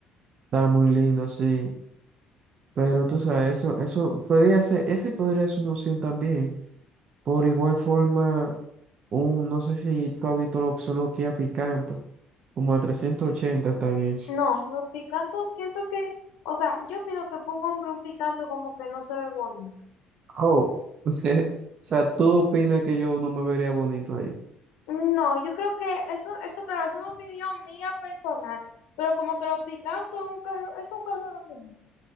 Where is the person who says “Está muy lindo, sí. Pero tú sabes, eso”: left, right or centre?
Right